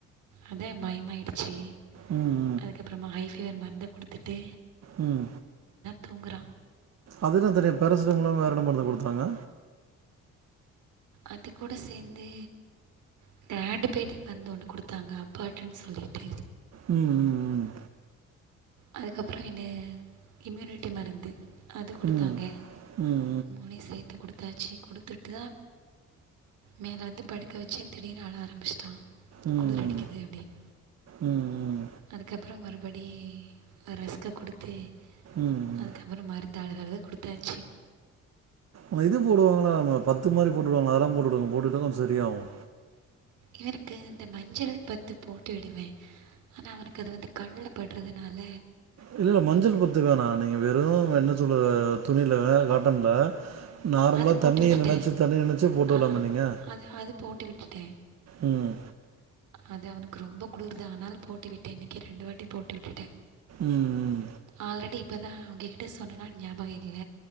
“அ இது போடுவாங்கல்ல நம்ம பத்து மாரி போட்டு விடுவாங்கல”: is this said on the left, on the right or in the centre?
Right